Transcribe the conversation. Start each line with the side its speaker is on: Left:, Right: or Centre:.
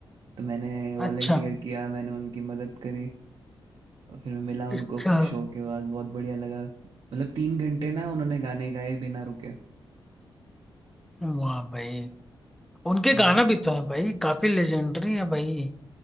Right: तो मैंने वॉलंटियर
Centre: अच्छा
Right: किया मैंने उनकी मदद करी और फिर मैं मिला उनको
Centre: अच्छा
Right: शो के बाद बहुत बढ़िया लगा मतलब तीन घंटे ना उन्होंने गाने गाए बिना रुके
Centre: वाह भाई उनके
Right: हाँ
Centre: गाना भी तो है भाई काफी लेजेंडरी है भाई